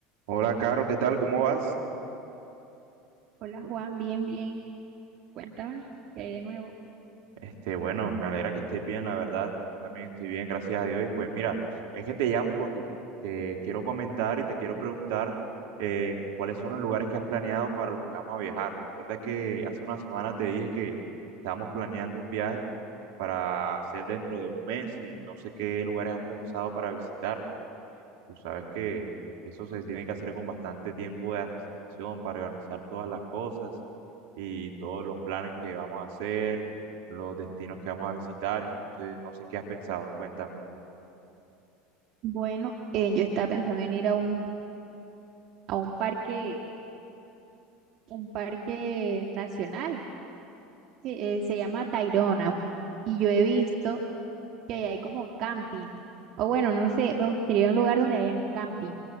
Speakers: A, on the right; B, on the right.
A: Hola, Caro, ¿qué tal? ¿Cómo vas?
B: Hola Juan, bien, bien. Cuéntame, ¿qué hay de nuevo?
A: Este, bueno, me alegra que estés bien, la verdad. También estoy bien, gracias a Dios. Y pues mira, es que te llamo porque te quiero comentar y te quiero preguntar eh, cuáles son los lugares que has planeado para los que vamos a viajar. Recuerda que hace una semana te dije que estábamos planeando un viaje para hacer dentro de un mes y no sé qué lugares has pensado para visitar. Tú sabes que eso se tiene que hacer con bastante tiempo de anticipación para organizar todas las cosas y todos los planes que vamos a hacer, los destinos que vamos a visitar. Entonces, no sé qué has pensado, cuéntame.
B: Bueno, eh, yo estaba pensando en ir a un, a un parque, un parque nacional, se, eh, se llama Tayrona, y yo he visto que ahí hay como camping, o bueno, no sé, me gustaría ir a un lugar donde hayan camping.